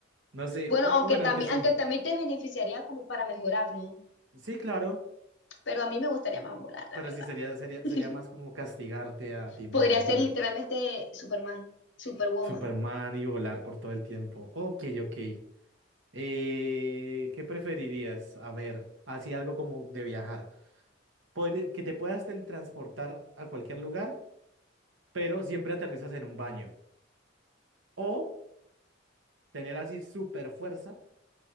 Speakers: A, on the right; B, on the left.
A: No sé,
B: Bueno,
A: u-
B: aunque
A: u- bueno,
B: también,
A: que sí.
B: aunque también te beneficiaría como para mejorar, ¿no?
A: Sí, claro,
B: Pero a mí me gustaría más volar, la
A: pero
B: verdad.
A: sí sería, sería,
B: <laughs>
A: sería más como castigarte a ti
B: Podría
A: mismo,
B: ser
A: pero
B: literalmente este Superman, Superwoman.
A: Superman y volar por todo el tiempo. Ok, ok. Eh, ¿qué preferirías? A ver, así algo como de viajar. Podri- que te puedas teletransportar a cualquier lugar, pero siempre aterrizas en un baño. O tener así super fuerza,